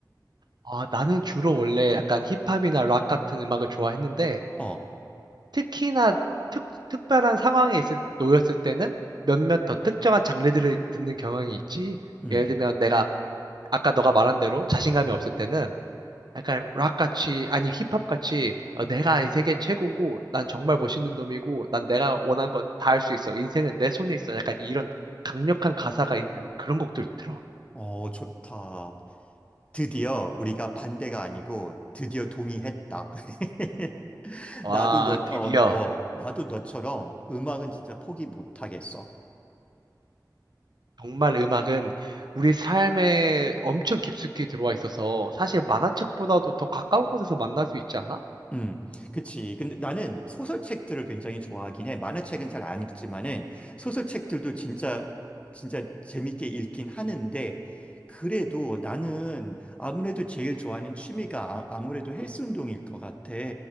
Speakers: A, on the right; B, on the left.
A: 아, 나는 주로 원래 약간 힙합이나 락 같은 음악을 좋아했는데,
B: 어,
A: 특히나 특, 특별한 상황에 있을, 놓였을 때는 몇몇 더 특정한 장르들을 듣는 경향이 있지.
B: 음.
A: 예를 들면 내가 아까 너가 말한 대로 자신감이 없을 때는 약간 락같이, 아니 힙합같이 어, 내가 이 세계 최고고, 난 정말 멋있는 놈이고, 난 내가 원하는 거 다 할 수 있어. 인생은 내 손에 있어. 약간 이런 강력한 가사가 있는 그런 곡들 들어.
B: 어, 좋다. 드디어 우리가 반대가 아니고 드디어 동의했다. <laughs>
A: 와,
B: 나도 너,
A: 드디어.
B: 어, 어, 나도 너처럼 음악은 진짜 포기 못하겠어.
A: 정말 음악은 우리 삶에 엄청 깊숙이 들어와 있어서 사실 만화책보다도 더 가까운 곳에서 만날 수 있지 않아?
B: 음, 그치. 근데 나는 소설책들을 굉장히 좋아하긴 해. 만화책은 잘 안 읽지만은 소설책들도 진짜, 진짜 재밌게 읽긴 하는데, 그래도 나는 아무래도 제일 좋아하는 취미가 아- 아무래도 헬스 운동일 것 같아.